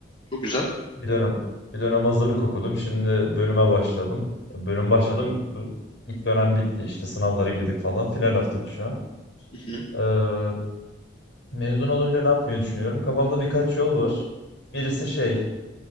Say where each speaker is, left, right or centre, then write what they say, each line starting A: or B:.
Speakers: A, on the left; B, on the left.
A: Çok güzel.
B: Bir dönem bir dönem hazırlık okudum. Şimdi bölüme başladım. E, Bölüm başladım. Bu- İlk dönem bitti işte sınavlara girdik falan. Final haftam şu an.
A: Hı hı.
B: E, mezun olunca ne yapmayı düşünüyorum? Kafamda birkaç yol var. Birisi şey